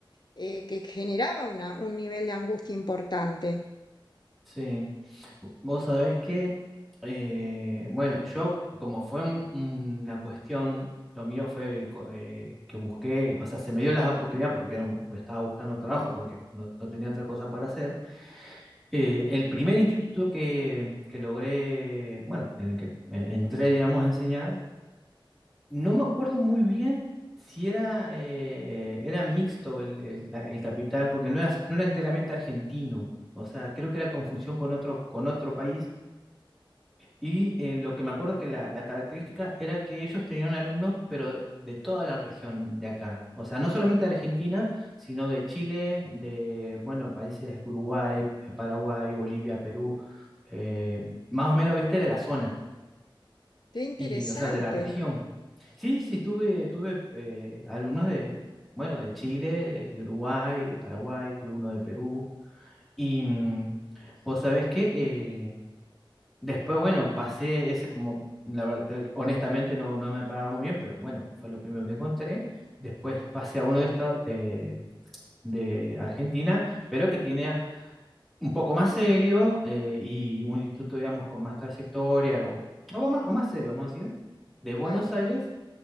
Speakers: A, on the left (about 55°); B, in the centre.
A: eh, que generaba una- un nivel de angustia importante.
B: Sí, Vo- vos sabés que, eh, bueno, yo como fue un- una cuestión, lo mío fue co- eh, que busqué, o sea, se me dio las oportunidades porque era un- estaba buscando trabajo, porque no, no tenía otra cosa para hacer. Eh, el primer instituto que, que logré, bueno, en el que eh, entré, digamos, a enseñar, no me acuerdo muy bien si era, eh, era mixto el, el- la- el capital, porque no era, no era enteramente argentino. O sea, creo que era confusión con otro, con otro país y eh, lo que me acuerdo que la, la característica era que ellos tenían alumnos, pero de toda la región de acá. O sea, no solamente de Argentina, sino de Chile, de, bueno, países Uruguay, eh, Paraguay, Bolivia, Perú, eh, más o menos, viste, de la zona,
A: Qué interesante,
B: y, o sea, de la región. Sí, sí, tuve, tuve eh, alumnos de, bueno, de Chile, de, de Uruguay, de Paraguay, tuve uno de Perú. Y mm, vos sabés que eh, Después, bueno, pasé ese como, la ver- te- honestamente no, no me pagaba muy bien, pero bueno, fue lo primero que encontré. Después pasé a uno de esta- de, de Argentina, pero que tiene un poco más serio eh, y un instituto, digamos, con más trayectoria o, o más, o más serio, vamos a decir, de
A: claro.
B: Buenos Aires,